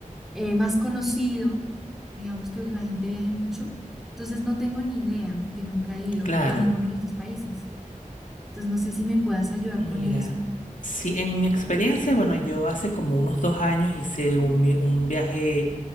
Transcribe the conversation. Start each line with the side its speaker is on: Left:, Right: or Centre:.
Centre: eh, más conocido, digamos que la gente viaje mucho. Entonces no tengo ni idea porque nunca he ido
Left: claro.
Centre: a ninguno de los dos países. Entonces no sé si me puedas ayudar
Left: Mira,
Centre: con eso.
Left: sí, en mi experiencia, bueno, yo hace como unos dos años hice un, vi- un viaje